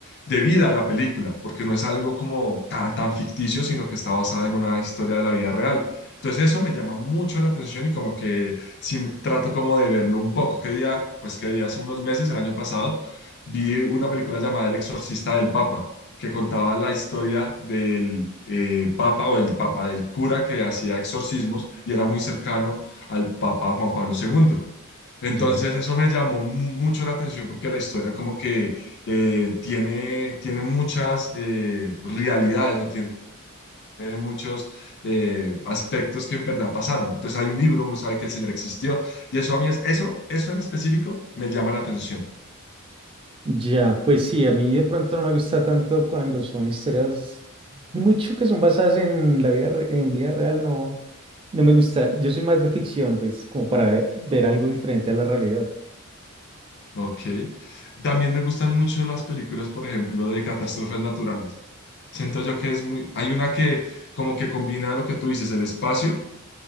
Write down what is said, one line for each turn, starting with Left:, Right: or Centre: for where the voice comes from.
Left: de vida a la película, porque no es algo como tan, tan ficticio, sino que está basada en una historia de la vida real. Entonces eso me llama mucho la atención y como que sí trato como de verlo un poco. Que día, pues que día hace unos meses, el año pasado, vi una película llamada El Exorcista del Papa, que contaba la historia del eh, Papa o el Papa del cura que hacía exorcismos y era muy cercano al Papa Juan Pablo II. Entonces
Right: ya,
Left: eso me llamó mu- mucho la atención porque la historia como que eh, tiene, tiene muchas eh, realidades o tiene muchos eh, aspectos que en verdad pasaron. Entonces hay un libro, uno sabe que el Señor existió y eso a mí es, eso, eso en específico me llama la atención.
Right: ya, pues sí, a mí de pronto no me gusta tanto cuando son historias mucho que son basadas en la vida, re- en vida real, no, no me gusta. Yo soy más de ficción, pues, como para ver, ver algo diferente a la realidad.
Left: Ok. También me gustan mucho las películas, por ejemplo, de catástrofes naturales. Siento yo que es muy, hay una que como que combina lo que tú dices, el espacio